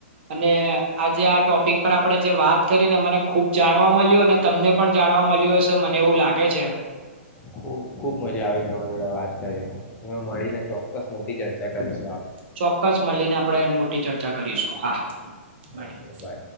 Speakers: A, on the right; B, on the left.
A: અને આજે આ ટોપિક પર આપણે જે વાત કરીને મને ખુબ જાણવા મળ્યું અને તમને પણ જાણવા મળ્યું હશે મને એવું લાગે છે
B: ખુબ ખુબ મજા આવી તમારીડા વાત કરીને હ મળીને ચોક્કસ મોટી ચર્ચા કરીશ
A: ચોક્કસ મળીને આપડે મોટી ચર્ચા કરીશું હા મળીયે
B: ઓકે બાય.